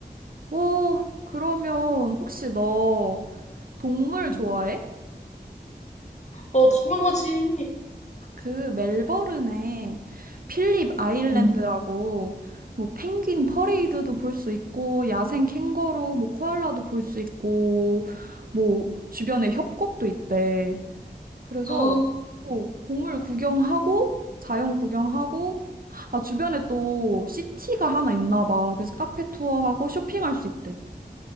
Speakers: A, on the right; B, on the left.
A: 오, 그러면 혹시 너 동물
B: 음.
A: 좋아해?
B: 어, 당연하지.
A: 그 멜버른에 필립 아일랜드라고
B: 어,
A: 뭐 펭귄 퍼레이드도 볼 수 있고 야생 캥거루 뭐 코알라도 볼 수 있고 뭐 주변에 협곡도 있대. 그래서
B: 아,
A: 뭐 동물 구경하고 자연 구경하고 아 주변에 또 시티가 하나 있나 봐. 그래서 카페 투어하고 쇼핑할 수 있대.